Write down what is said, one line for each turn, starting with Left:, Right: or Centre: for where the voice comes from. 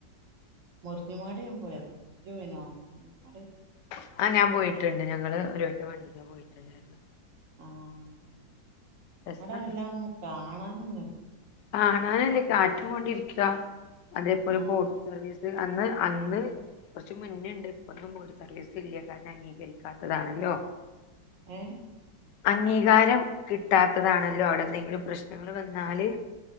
Right: മുറിഞ്ഞിമാട് ഞാൻ പോയതാ ഇജ്ജ് പോയിനോ മുറിഞ്ഞുമാട്
Left: ആഹ പ ഞാൻ പോയി ട്ടുണ്ട് ഞങ്ങള് ഒരു വട്ടം വണ്ടി പോയിട്ടുണ്ടായിരുന്നു
Right: ആഹ്
Left: രസാണ്
Right: അവിടെ വല്ലാം നിക്കാ കാണാനൊ
Left: കാണാനല്ലേ കാറ്റ കൊണ്ടിരി രിക്ക അതേപോലെ
Right: ആഹ്
Left: ബോട്ട് സർവീസ് അന്ന് അന്ന് കുറച്ച് മുന്നണ്ട് ഇപ്പും മട് സർവീസ് ഇല്ല കാരണം അംഗീകരിക്കാത്തതാണല്ലോ
Right: ഏ
Left: അംഗീകാരം കിട്ടാത്തതാണല്ലോ അവിടെ എന്തെങ്കിലും പ്രശ്നങ്ങൾ വന്നാല്